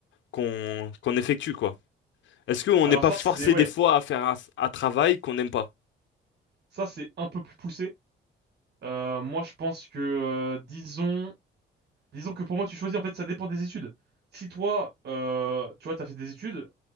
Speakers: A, on the left; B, on the right.
A: qu'on qu'on effectue, quoi? Est-ce qu'on
B: Alors
A: n'est pas
B: ça,
A: forcé
B: c'est ouais,
A: des fois à faire un, un travail qu'on n'aime pas?
B: ça c'est un peu plus poussé. Euh, moi, je pense que euh, disons, disons que pour moi, tu choisis. En fait, ça dépend des études. Si toi, euh, tu vois, t'as fait des études,